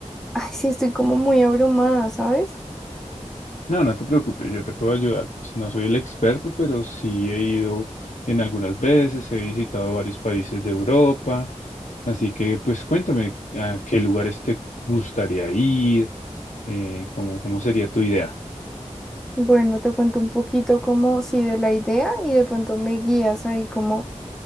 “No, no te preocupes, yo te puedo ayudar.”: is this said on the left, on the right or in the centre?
Left